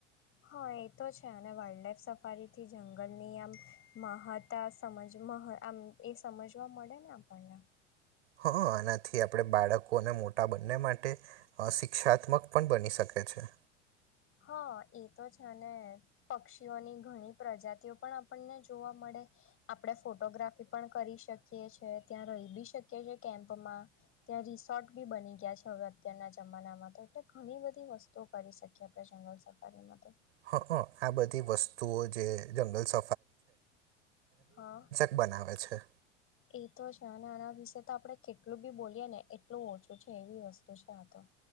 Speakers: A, on the left; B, on the right.
A: હા એ તો છે અને વાઈલ્ડ લાઈફ સફારી થી જંગલની આમ મહતા સમજ આમ એ સમજવા મળે ને આપણને
B: હ આનાથી આપણે બાળકો લોકોને મોટા બંને માટે શી િકષાત્મક પણ બની શકે છે
A: હા એ તો છે પક્ષીઓની ઘણી પ્રજાતિઓ પણ આપણને જોવા મળે આપણે ફોટોગ્રાફી પણ કરી શકીએ છે ત્યાં રહી બી શકીએ છેએ કેમ્પમાં ત્યાં રિસોર્ટ બી બની ગયા છે હવે અત્યારના જમાનામાં તો એટલે ઘણી બધી વસ્તુઓ કરી શકીએ પ્ર જંગલ સફારીમાં તો
B: હ આ બધી વસ્તુઓ જે જંગલ સ
A: હા
B: બનાવે છે
A: એ તો છે અને આના વિશે તો આપણે કેટલું બી બોલીએ ને એટલું ઓછું છે એવી વસ્તુ છે આ તો